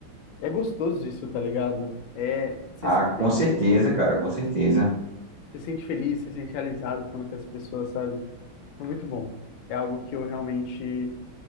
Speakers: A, on the left; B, on the right.
A: é gostoso isso, tá ligado? É, você
B: Ah,
A: se
B: com
A: sente,
B: certeza, cara, com certeza.
A: você se sente feliz, você se sente realizado estando com as pessoas, sabe? É muito bom. É algo que eu realmente